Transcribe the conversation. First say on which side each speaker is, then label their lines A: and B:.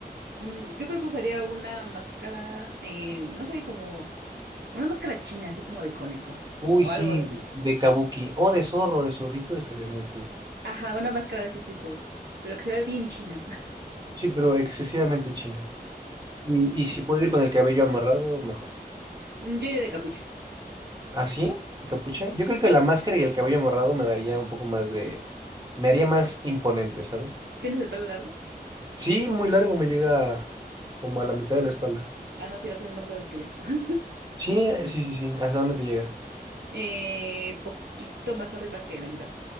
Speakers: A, on the right; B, on the right.
A: Mm, Yo creo que usaría una máscara, eh, no sé, como una máscara china, así como de conejo
B: Uy,
A: o, o
B: sí,
A: algo así.
B: de Kabuki o de zorro, de zorrito, estaría muy cool.
A: Ajá, una máscara de ese tipo, pero que se ve bien china.
B: Sí, pero excesivamente china. Y,
A: <laughs> Sí.
B: y si puedo ir con el cabello amarrado, mejor.
A: Mm, Yo iría de capucha.
B: ¿Ah, sí? ¿Y capucha? Yo creo que la máscara y el cabello amarrado me daría un poco más de... Me haría más imponente, ¿sabes?
A: ¿Tienes el pelo largo?
B: Sí, muy largo, me llega como a la mitad de la espalda.
A: Ah, no, sí, lo tienes más largo que yo. <laughs>
B: Sí, eh, sí, sí, sí, ¿hasta dónde te llega?
A: Eh, poquito más arriba que la mitad,